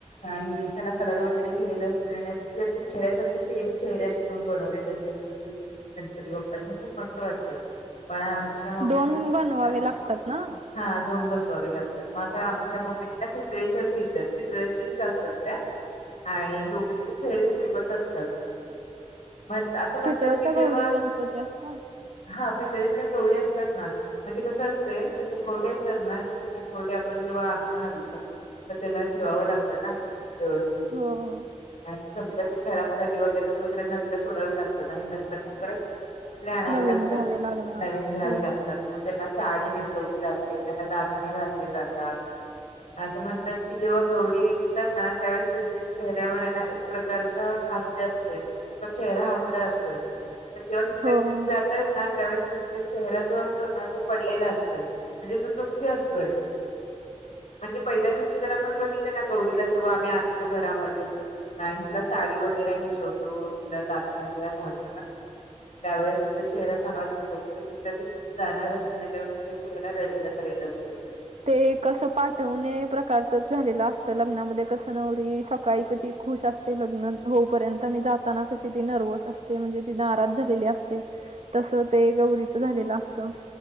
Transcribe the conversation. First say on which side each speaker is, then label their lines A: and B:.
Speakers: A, on the left; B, on the right.
A: आणि त्याला कलर वगैरे केलेले असतंय आणि ते अगदी चेहऱ्यासारखे सेम चेहरे अशे दोन बनवलेले असतात. गणपती बाप्पाच्या खूप मस्त वाटतं पण आमच्या मम्मी
B: दोन
A: ना
B: बनवावे
A: आ
B: लागतात ना
A: हा दोन बसवावे लागतात, मग आता आमच्या मम्मींना पितळे्याच्याच घेतल्यात, पितळेचीच असतात त्या आणि दोघींचे चेहरे सेमच असतात. मग असं म्हणतात
B: पितळच्या
A: कि जेव्हा
B: गौरी गणपती असतात
A: हा पितळेच्या गवळी असतात ना, म्हणजे कसं असतंय ते मुखवटे असतात ना, ते मुखवटे आपण जेव्हा आणतो ना विकत तर त्याला ठेवावं लागतं ना व्यवस्थित.
B: हो...
A: आणि समजा ते खराब झाले वगैरे तर मग त्याला नदीला सोडावे लागतात आणि नंतर मग परत, दुसरे आणावे
B: नवीन
A: लागतात,
B: घ्यावे लागणार
A: नवीन घ्यावी
B: हो
A: लागतात. मग त्यांना साडी नेसवली जाते, त्यांना दागिने घातले जातात. असं म्हणतात की जेव्हा गौरी येतात ना, त्यावेळेस त्यांच्या चेहऱ्यावर एक प्रकारच हास्य असतंय, त्यांचा चेहरा हासरा असतोय. पण जेव्हा तुसऱ्या
B: हो
A: दिवशी जातायत ना, त्यावेळेस त्यांचा चेहरा जो असतो ना तो पडलेला असतोय. म्हणजे तो दुःखी असतोय. म्हणजे पहिल्या दिवशी जर आपण बघितलं ना गौरीला जेव्हा आम्ही आणतो घरामध्ये, नाही तिला साडी वगैरे नेसवतो, तिला दागिने वगैरे घालतो ना,... त्यावेळेस तुझा चेहरा चांगला दिसतो. आणि दुसऱ्या दिवशी जाणार असते ना ते्हा तिचा थोडा रेडवेला झालेले असते.
B: ते कसं पाठवणे प्रकारच झालेलं असतं. लग्नामध्ये कसं नवरी सकाळी कधी खुश असत. ते लग्न होपर्यंत आणि जाताना कशी ती नर्व्हस असते. म्हणजे ती नाराज झालेली असते. तस ते गौरीच झालेलं असतं.